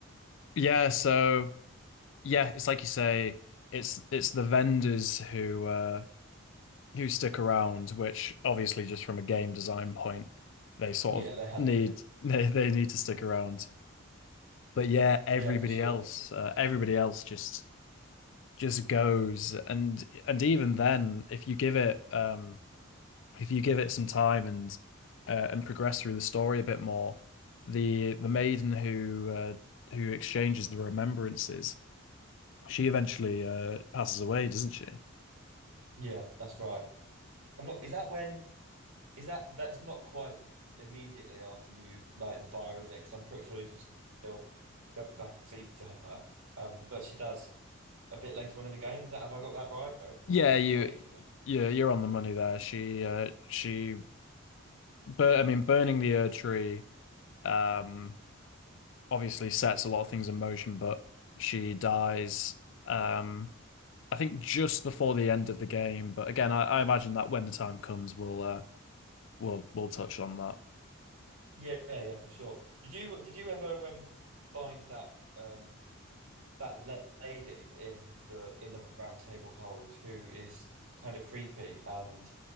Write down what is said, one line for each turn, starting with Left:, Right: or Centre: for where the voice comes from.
Left: Yeah, so. yeah, it's like you say, it's it's the vendors who uh who stick around, which obviously just from a game design point, they sort
Right: Yeah,
Left: of
Right: they had
Left: need
Right: to.
Left: <laughs> they, they need to stick around. But yeah, everybody
Right: Yeah, for sure.
Left: else, uh, everybody else just just goes and and even then, if you give it um if you give it some time and uh, and progress through the story a bit more, the the maiden who uh, who exchanges the remembrances, she eventually uh passes away, doesn't she?
Right: Yeah, that's right. I'm not. Is that when? Is that that's not quite immediately after you light the fire, is it? Because I'm pretty sure you can still go back and speak to her. Um, but she does a bit later on in the game. Is that have I got that right? I,
Left: Yeah,
Right: I could
Left: you,
Right: quite easily have.
Left: yeah, you're on the money there. She, uh, she, but I mean, burning the Ur tree, um, obviously sets a lot of things in motion. But she dies, um, I think just before the end of the game. But again, I, I imagine that when the time comes, we'll, uh, we'll, we'll touch on that.
Right: Yeah, yeah, yeah, for sure. Did you did you ever um find that um that la- lady in the in the round table hold who is kind of creepy and